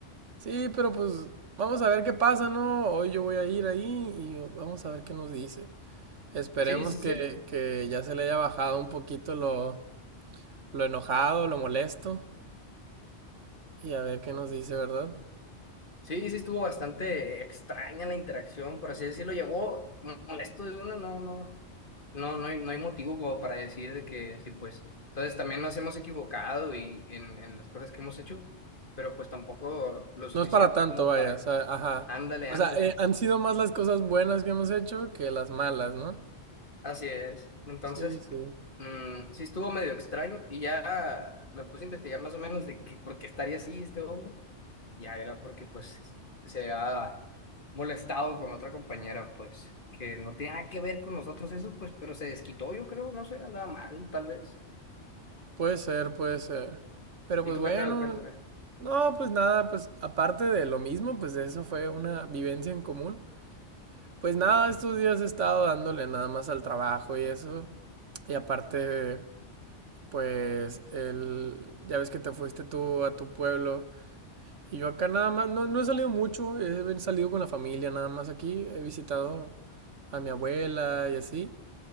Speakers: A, on the right; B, on the left.
A: Sí, pero pues, vamos a ver qué pasa, ¿no? Hoy yo voy a ir ahí y vamos a ver qué nos dice. Esperemos
B: Sí, sí,
A: que,
B: sí.
A: que ya se le haya bajado un poquito lo, lo enojado, lo molesto y a ver qué nos dice, ¿verdad?
B: Sí, sí, estuvo bastante extraña la interacción, por así decirlo. Llegó molesto de una, no, no. No, no hay, no hay motivo como para decir de que sí, pues. Entonces también nos hemos equivocado y en, en las cosas que hemos hecho, pero pues tampoco lo suficiente
A: No es para tanto,
B: como
A: vaya,
B: para,
A: o sea, ajá.
B: ándale,
A: O
B: ándale.
A: sea, eh, han sido más las cosas buenas que hemos hecho que las malas, ¿no?
B: Así es. Entonces,
A: Sí, sí.
B: mm, sí estuvo medio extraño y ya me puse a investigar más o menos de que, por qué estaría así este hombre. Ya era porque pues se había molestado con otra compañera, pues, que no tenía nada que ver con nosotros eso, pues, pero se desquitó, yo creo, no sé, andaba mal, tal vez.
A: Puede ser, puede ser. Pero
B: ¿Y
A: pues
B: tú
A: bueno,
B: qué tal? Cuéntame.
A: no, pues nada, pues aparte de lo mismo, pues eso fue una vivencia en común. Pues nada, estos días he estado dándole nada más al trabajo y eso. Y aparte pues el, ya ves que te fuiste tú a tu pueblo y yo acá nada más, no, no he salido mucho, he salido con la familia nada más aquí, he visitado a mi abuela y así.